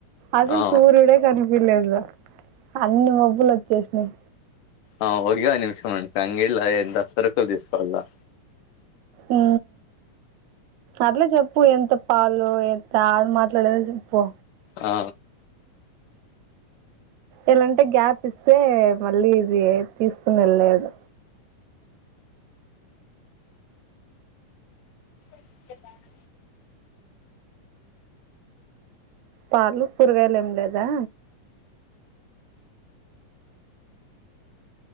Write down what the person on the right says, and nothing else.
అసలు
సూర్యుడ కనిపలేదు అన్ని మబ్బులు వచ్చేసినాయి
ఊ అట్లే చెప్పు ఎంత పాలో ఎంత ఆడ మాట్ లేదు పో
ఎలాంటే గ్యాప్ ఇస్తే మళ్ళీ ఇది తీసుకుని లేదు
పాలు కూరగాయలు ఏం లేదా